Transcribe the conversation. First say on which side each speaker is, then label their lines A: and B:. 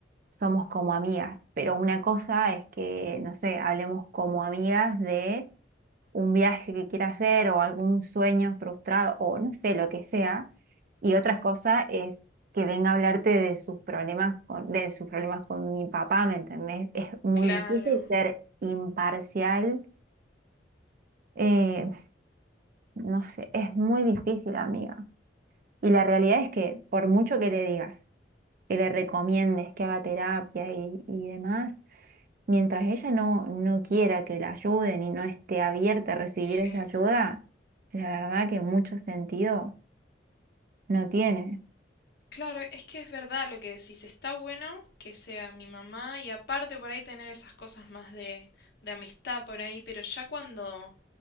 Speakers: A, on the right; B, on the left.
A: somos como amigas, pero una cosa es que, no sé, hablemos como amigas de un viaje que quiera hacer o algún sueño frustrado o no sé, lo que sea, y otra cosa es que venga a hablarte de sus problemas con, de sus problemas con mi papá, ¿me entendés? Es muy
B: Claro,
A: difícil ser imparcial eh, no sé, es muy difícil, amiga. Y la realidad es que por mucho que le digas, que le recomiendes que haga terapia y, y demás, mientras ella no, no quiera que la ayuden y no esté abierta a recibir
B: sí.
A: esa ayuda, la verdad que mucho sentido no tiene.
B: Claro, es que es verdad lo que decís, está bueno que sea mi mamá y aparte por ahí tener esas cosas más de, de amistad por ahí, pero ya cuando